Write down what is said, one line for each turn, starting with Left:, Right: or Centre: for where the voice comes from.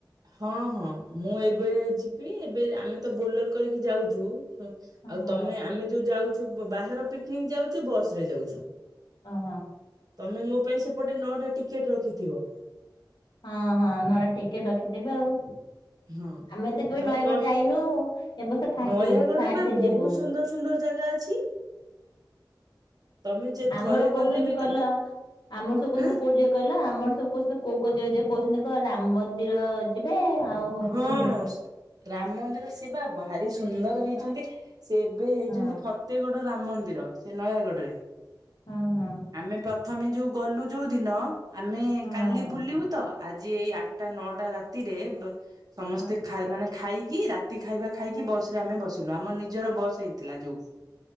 Right: ହଁ ହଁ ମୁଁ ଏବେ ଯିବି ଏବେ ଆମେ ତ ବୋଲେର କରିକି ଯାଉଚୁ ସ
Left: ହଁ
Right: ଆଉ ତମେ ଆମେ ଯୋଉ ଯାଉଚୁ ବ ବାହାର ପିକନିକ ଯାଉଚୁ ବସ୍ ରେ ଯାଉଚୁ।
Left: ଓହୋ
Right: ତମେ ମୋ ପାଇଁ ସେପଟେ ନଅଟା ଟିକେଟ ରଖିଥିବ।
Left: ହଁ ହଁ ନଟା ଟିକେଟ ରଖିଦେବେ ଆଉ।
Right: ହଁ
Left: ଆମେ ତ କେବେ
Right: ତମେ
Left: ନୟାଗଡ
Right: କହିଲେ
Left: ଯାଇନୁ ଏବସ ଫାଷ
Right: ନୟାଗଡରେ
Left: ଯିବୁ ଫାଷ୍ଟ
Right: ବା ବହୁତ
Left: ଯିବୁ।
Right: ସୁନ୍ଦର ସୁନ୍ଦର ଜାଗା ଅଛି। ତମେ ଯେ
Left: ଆମର
Right: ଥରେ
Left: କହୁଛନ୍ତି
Right: ଗଲେ ବି
Left: କହିଲ
Right: ତମେ
Left: ଆମର ସବୁ କହୁଛନ୍ତି
Right: ଆଁ
Left: କୋଉଟି ଯିବେ କହିଲ ଆମର ସବୁ କହୁଛନ୍ତି କୋଉ କୋ ଜାଗା ଯିବେ କହୁଛନ୍ତି କ ରାମ ମନ୍ଦିର ଅ ଯିବେ ଆଉ ହଉଛି
Right: ହଁ ସୁ ରାମ ମନ୍ଦିର ସିଏବା ଭାରି ସୁନ୍ଦର ହେଇଚନ୍ତି। ସେ ଏବେ ହେଇଚନ୍ତି
Left: ହଁ
Right: ଫତେଗଡ ରାମ ମନ୍ଦିର ସେ ନୟାଗଡରେ।
Left: ହଁ ହଁ।
Right: ଆମେ ପ୍ରଥମେ ଯୋଉ ଗଲୁ ଯୋଉ ଦିନ ଆମେ
Left: ହଁ
Right: କାଲି ବୁଲିବୁ ତ ଆଜି ଏଇ ଆଟା ନଅଟା ରାତିରେ ବ ସମସ୍ତେ
Left: ହଁ
Right: ଖାଇର ମାନେ ଖାଇକି ରାତି ଖାଇବା ଖାଇକି ବସ ରେ ଆମେ ବସିଲୁ ଆମର ନିଜର ବସ ହେଇଥିଲା ଯୋଉ।